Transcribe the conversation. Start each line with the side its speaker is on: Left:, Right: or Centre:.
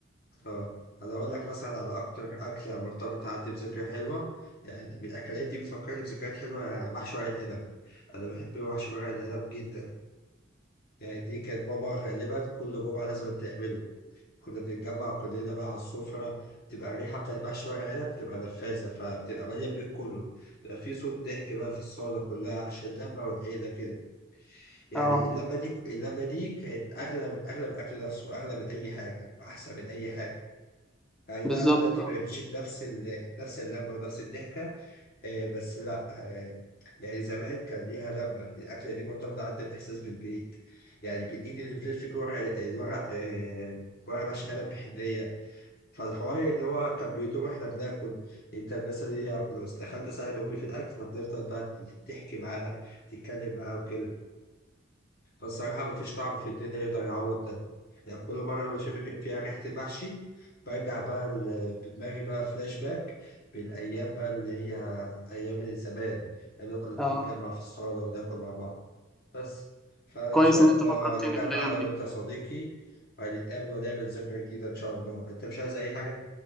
Left: اه انا اقول لك مثلا على اكتر اكله مرتبطه عندي بذكرى حلوه يعني بالاكلات دي بتفكرني بذكريات حلوه محشي ورق العنب انا بحب محشي ورق العنب جدا يعني دي كانت ماما غالبا كل جمعه لازم تعمله كنا بنتجمع كلنا بقى على السفره بتبقى الريحه بتاعت محشي ورق العنب بتبقى نفاذه فبتبقى ماليه البيت كله بيبقى في صوت ضحك بقى في الصاله كلها عشان اللمه والعيله كده يعني
Centre: اه
Left: اللمه دي اللمه دي كانت اغلى اغلى من الاكل نفسه اغلى من اي حاجه احسن من اي حاجه اي
Centre: بالظبط
Left: نعم دلوقتي
Centre: اه
Left: ما بقتش بنفس ال- نفس اللمه ونفس الضحكه آه، بس لا آه، يعني زمان كان ليها لمه الاكله دي مرتبطه عندي باحساس بالبيت يعني بالايد اللي بتلف جوه الورق الورق آه، ورق ماشي قلم بحنيه فالحوار اللي هو كان بيدور واحنا بناكل انت مثلا هي لو دخلت اساعد امي في الاكل فبنفضل بقى تحكي معاها تتكلم معاها وكده فالصراحة مفيش طعم في الدنيا يقدر يعوض ده يعني كل مرة بشم فيها ريحة المحشي برجع بقى ل- بدماغي بقى فلاش باك بالأيام بقى اللي هي أيام زمان أيام اللي كنا بنتجمع
Centre: آه.
Left: في الصالة وناكل مع بعض بس فإن
Centre: كويس
Left: شاء
Centre: ان
Left: الله
Centre: انت فكرتني
Left: نتجمع
Centre: بالايام
Left: أنا وأنت
Centre: دي
Left: يا صديقي وهنتقابل ونعمل ذكرى جديدة إن شاء الله أنت مش عايز أي حاجة؟